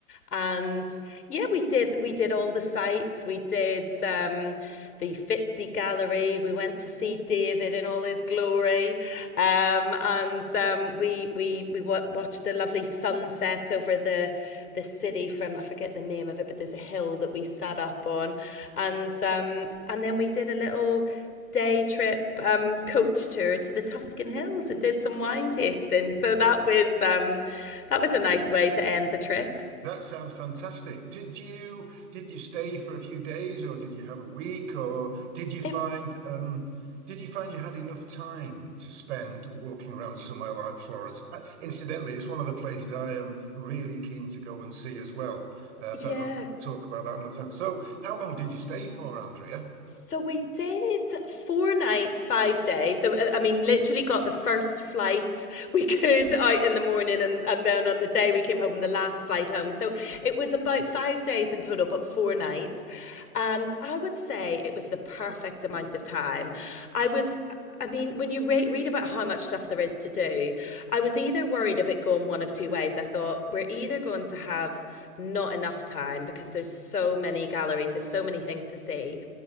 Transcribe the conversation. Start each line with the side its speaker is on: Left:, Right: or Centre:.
Left: And yeah, we did we did all the sites. We did um the Fitzy Gallery. We went to see David in all his glory. Um, and um, we we we wa- watched the lovely sunset over the the city from I forget the name of it, but there's a hill that we sat up on, and um, and then we did a little day trip um, coach tour to the Tuscan Hills and did some wine tasting. So that was um, that was a nice way to end the trip.
Right: That sounds fantastic. Did you did you stay for a few days or did you have a week or did you find
Left: It
Right: um did you find you had enough time to spend walking around somewhere like Florence? Uh, incidentally, it's one of the places I am really keen to go and see as well. Uh,
Left: yeah,
Right: but I'll talk about that another time. So, how long did you stay for, Andrea?
Left: So we did four nights, five days. So uh, I mean, literally got the first flight <laughs> we could out in the morning, and, and then on the day we came home, the last flight home. So it was about five days in total, but four nights. And I would say it was the perfect amount of time. I was I mean, when you re- read about how much stuff there is to do, I was either worried of it going one of two ways. I thought we're either going to have not enough time because there's so many galleries, there's so many things to see,